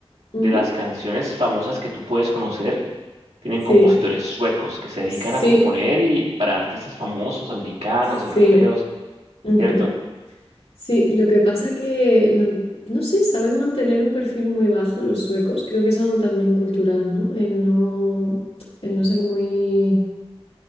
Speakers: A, on the left; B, on the right.
A: ujú.
B: de las canciones famosas que tú puedes conocer tienen
A: Sí,
B: compositores suecos que se dedican
A: sí,
B: a componer y para artistas famosos, americanos,
A: sí.
B: europeos,
A: ujú.
B: ¿cierto?
A: Sí, lo que pasa que, man- no sé, saben mantener un perfil muy bajo los suecos. Creo que es algo también cultural, ¿no? El no, el no ser muy,